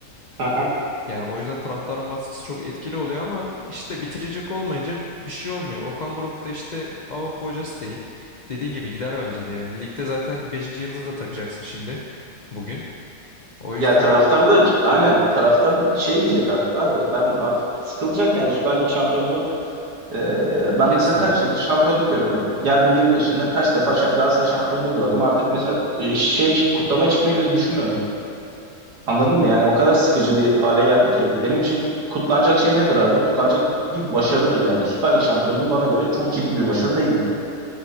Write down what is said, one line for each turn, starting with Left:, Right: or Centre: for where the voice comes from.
Right: Aha.
Left: Yani o yüzden taraftarın baskısı çok etkili oluyor ama işte bitirecek olmayınca bir şey olmuyor. Okan Buruk da işte Avrupa hocası değil. Dediğin gibi gider bence de yani. Ligde zaten beşinci yıldızı da takacaksın şimdi bugün. O yüzden
Right: Ya taraftar da aynen taraftar şey diyecek artık abi. Ben artık sıkılacak yani Süper Lig şampiyonluğu. e, ben
Left: kesmiyor.
Right: mesela kaç yıldır şampiyonluk görüyorum. Geldim 20 yaşında kaç defa şa- Galatasaray şampiyonluğu gördüm. Artık mesela e, şey kutlama çıkmayı bile düşünmüyorum. Anladın mı? Yani o kadar sıkıcı bir hale geldi ki. Benim için kut- kutlanacak şey nedir abi? Kutlanacak bir başarıdır yani. Süper Lig şampiyonluğu bana göre çok ciddi bir başarı değildir.